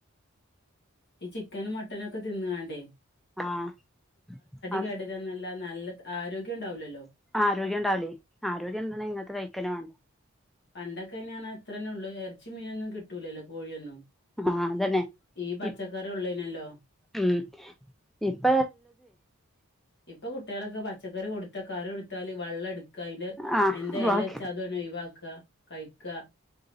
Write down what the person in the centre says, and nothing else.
ആഹ് അ
ആരോഗ്യം ഉണ്ടാവൂലേ ആരോഗ്യംണ്ടണെ ഇങ്ങനത്തെ ത്തെ കഴിക്കെന്നെ വാ
ആഹ് അതന്നെ
ഇ
ഉം ഇപ്പ
ആഹ്
ബാക്കി